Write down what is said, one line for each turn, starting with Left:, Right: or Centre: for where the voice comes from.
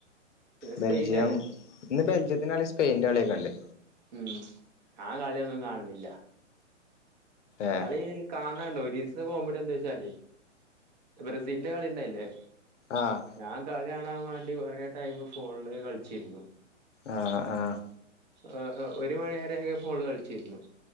Right: പിന്നെ
Left: ബെൽജിയം
Right: സ്പെയിനല്ലേ
Left: ഇന്ന് ബെൽജിയത്തിൻ്റെ കളി സ്പെയിൻ്റെ കളിയൊക്കെ ഉണ്ട്
Right: ഉം ഞാൻ കളിയൊന്നും കാണലില്ല
Left: ഏഹ്
Right: കളി കാണണ്ടോ ഒരു കോമഡി എന്താെച്ചല്ലേ ബ്രസീലിന്റെ കളിണ്ടായില്ലേ
Left: ആഹ്
Right: ഞാൻ കളികാ കാണാൻ വേണ്ടി കുറെ ടൈം ഫോണില് കളിച്ചിരുന്നു
Left: ആ ആ
Right: ആ ഒരു മണിയ വരക്കെ ഫോണ് കളിച്ചിരുന്നു